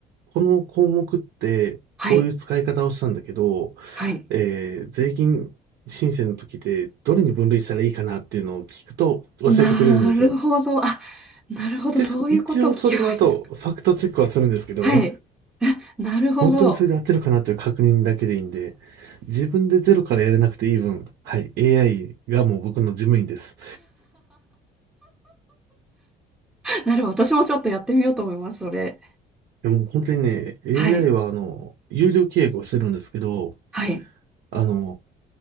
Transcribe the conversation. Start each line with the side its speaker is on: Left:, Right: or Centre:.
Right: この項目って、
Centre: はい、
Right: こういう使い方をしたんだけど、
Centre: はい。
Right: えー税金申請の時でどれに分類したらいいかなっていうのを聞くと教えてくれるんですよ。
Centre: なるほど。あ、なるほど。
Right: で、
Centre: そういうことを聞けばいいのか。
Right: 一応それの後、ファクトチェックはするんですけど、
Centre: はい。なるほど。
Right: 本当にそれで合ってるかなという確認だけでいいんで、
Centre: <laughs>
Right: 自分でゼロからやれなくていい分、はい、AI がもう僕の事務員です。
Centre: なるほど。私もちょっとやってみようと思います、それ。
Right: でも本当にね、AI
Centre: はい。
Right: はあの、有料契約をしてるんですけど、
Centre: はい。
Right: あの、